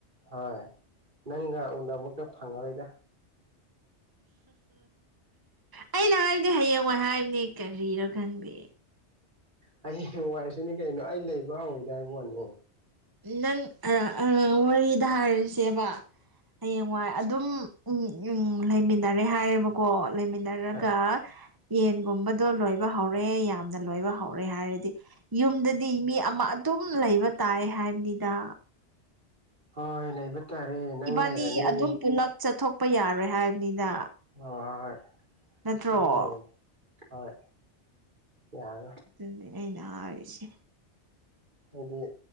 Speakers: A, on the right (about 45°); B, on the right (about 20°).
A: ꯍꯣꯏ ꯅꯪꯒ ꯎꯅꯕꯒ ꯐꯪꯉꯔꯣꯏꯗ꯫
B: ꯑꯩꯅ ꯍꯥꯏꯕꯗꯤ ꯍꯌꯦꯡꯋꯥꯏ ꯍꯥꯏꯕꯅꯦ ꯀꯔꯤꯔ ꯈꯪꯗꯦ꯫
A: ꯍꯌꯦꯡꯋꯥꯏꯁꯨꯅꯤ ꯀꯩꯅꯣ ꯑꯩ ꯂꯩꯕ ꯍꯧꯔꯒꯦ ꯍꯥꯏꯕ ꯋꯥꯅꯦ꯫
B: ꯅꯪ ꯑꯥ ꯋꯥꯔꯤꯗ ꯍꯥꯏꯔꯁꯦꯕ ꯍꯌꯦꯡꯋꯥꯏ ꯑꯗꯨꯝ ꯎꯝ ꯎꯝ ꯂꯩꯃꯤꯟꯅꯔꯦ ꯍꯥꯏꯔꯦꯕꯀꯣ ꯂꯩꯃꯤꯟꯅꯔꯒ
A: ꯍꯣꯏ
B: ꯌꯦꯟꯒꯨꯝꯕꯗꯣ ꯂꯣꯏꯕ ꯍꯧꯔꯦ ꯌꯥꯝꯅ ꯂꯣꯏꯕ ꯍꯧꯔꯦ ꯍꯥꯏꯔꯗꯤ ꯌꯨꯝꯗꯗꯤ ꯃꯤ ꯑꯃ ꯑꯗꯨꯝ ꯂꯩꯕ ꯇꯥꯏ ꯍꯥꯏꯕꯅꯤꯗ
A: ꯍꯣꯏ ꯂꯩꯕ ꯇꯥꯔꯦ ꯅꯪ
B: ꯏꯕꯥꯅꯤ
A: ꯂꯩꯔꯅꯤ꯫
B: ꯑꯗꯨꯝ ꯄꯨꯂꯞ ꯆꯠꯊꯣꯛꯄ ꯌꯥꯔꯣꯏ ꯍꯥꯏꯕꯅꯤꯗ꯫
A: ꯍꯣ ꯍꯣ ꯍꯣꯏ
B: ꯅꯠꯇ꯭ꯔꯣ
A: ꯅꯪ ꯂꯩꯌꯨ ꯍꯣꯏ ꯌꯥꯔꯔꯣꯏ
B: ꯗꯨꯅꯦ ꯑꯩꯅ ꯍꯥꯏꯔꯤꯁꯦ
A: ꯍꯥꯏꯗꯤ